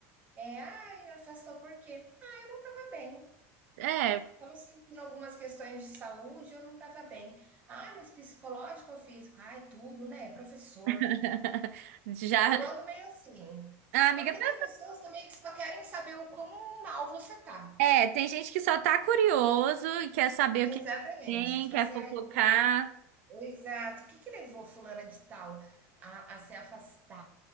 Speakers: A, on the right; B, on the right.
A: É, ah, me afastou por quê? Estava bem.
B: É.
A: Estava sentindo algumas questões de saúde, eu não estava bem. Ah, mas psicológico ou físico? Ai, tudo, né? Professor.
B: <laughs> Já.
A: Eu ando meio assim.
B: A amiga.
A: Porque
B: tá-
A: tem pessoas também que só querem saber o quão mal você tá.
B: É, tem gente que só tá curioso e quer saber
A: Exatamente.
B: o que que tem,
A: Tipo
B: quer
A: assim,
B: fofocar.
A: ai, Exato. O que que levou fulana de tal a a ser afastada,